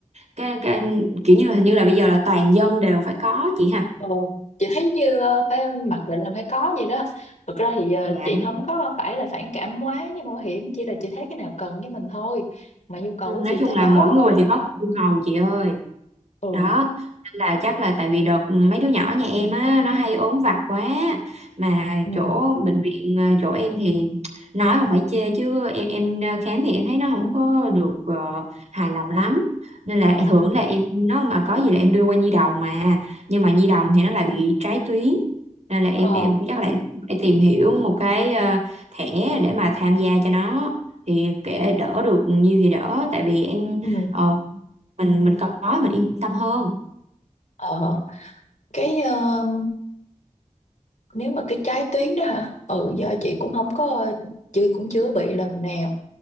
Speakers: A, on the right; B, on the left.
A: cái, cái kiểu như hình như là bây giờ là toàn dân đều phải có chị ha
B: Ừ. Chị thấy như ờ, phải mặc định là phải có gì đó thực ra thì ờ,
A: dạ
B: chị
A: đúng
B: không có phải là phản cảm quá với bảo hiểm chỉ là chị thấy cái nào cần với mình thôi mà nhu cầu
A: Ừ, nói
B: của chị
A: chung
B: tới
A: là
B: đó
A: mỗi người thì có một nhu cầu chị ơi
B: ừ
A: đó là chắc là tại vì đợt mấy đứa nhỏ nhà em á nó hay ốm vặt quá mà
B: Ừ.
A: chỗ bệnh viện ờ, chỗ em thì nói không phải chê chứ em em ờ, khám thì em thấy nó không có được ờ, hài lòng lắm nên là
B: ờ
A: thường là em nó mà có gì là em đưa qua nhi đồng mà nhưng mà nhi đồng thì nó lại bị trái tuyến nên là em
B: ờ
A: em chắc là em phải tìm hiểu một cái ờ, thẻ để mà tham gia cho nó thì kệ đỡ được nhiều thì đỡ tại vì em
B: Ừ.
A: ờ, mình mình có mình yên tâm hơn
B: ờ cái ờ, nếu mà cái trái tuyến đó hả ừ do chị cũng không có chị cũng chưa bị lần nào